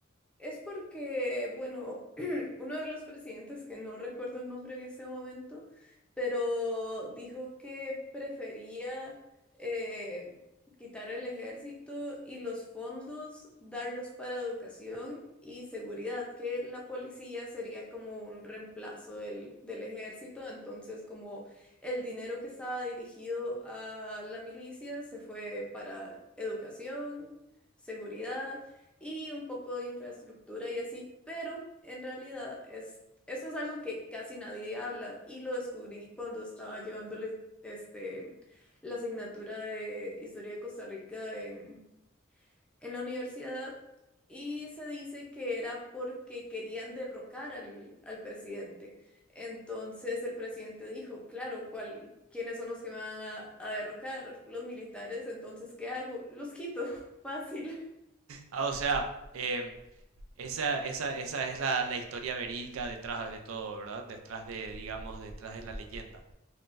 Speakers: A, in the centre; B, on the right.
A: Es porque, bueno, <clears throat> uno de los presidentes, que no recuerdo el nombre en ese momento, pero dijo que prefería eh, quitar el ejército y los fondos, darlos para educación y seguridad, que la policía sería como un reemplazo del, del ejército. Entonces, como el dinero que estaba dirigido a la milicia se fue para educación, seguridad y un poco de infraestructura y así, pero en realidad es, eso es algo que casi nadie habla y lo descubrí cuando estaba llevándole este, la asignatura de Historia de Costa Rica en, en la universidad y se dice que era porque querían derrocar al, al presidente. Entonces el presidente dijo, claro, ¿cuál? ¿Quiénes son los que me van a, a derrocar? Los militares, entonces, ¿qué hago? Los quito, <laughs> fácil.
B: Ah, o sea, em, esa, esa, esa es la, la historia verídica detrás de todo, ¿verdad? Detrás de, digamos, detrás de la leyenda.